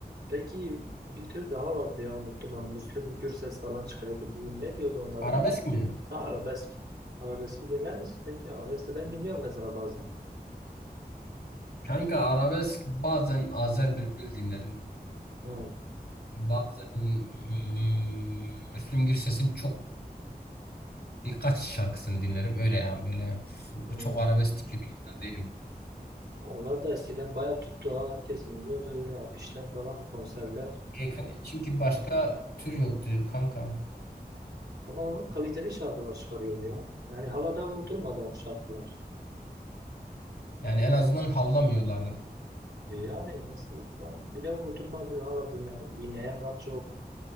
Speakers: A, on the right; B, on the left.
A: Peki bir tür daha vardı ya unuttum hani Müslüm Gürses falan çıkarıyordu. Bu ne diyordu onlara?
B: Arabesk mi?
A: Ha, arabesk. Arabeski dinler misin peki? Arabesk de ben dinliyorum mesela bazen.
B: Kanka arabesk bazen Azer Bülbül dinlerim.
A: Ha,
B: Bazen mm, Müslüm Gürses'in çok birkaç şarkısını dinlerim. Öyle yani böyle f-
A: hı.
B: çok arabesk bir insan değilim.
A: Onlar da eskiden bayağı tuttu. ha. Herkes dinliyordu öyle afişler falan konserler.
B: E, Çünkü başka tür yoktu kanka.
A: Ama onun kaliteli şarkılar çıkarıyor ya. Yani hala da unutulmadı o şarkılar.
B: Yani en azından havlamıyorlardı.
A: E Yani nasıl ben bile unutulmadı. Hala dinle, dinleyen var çok.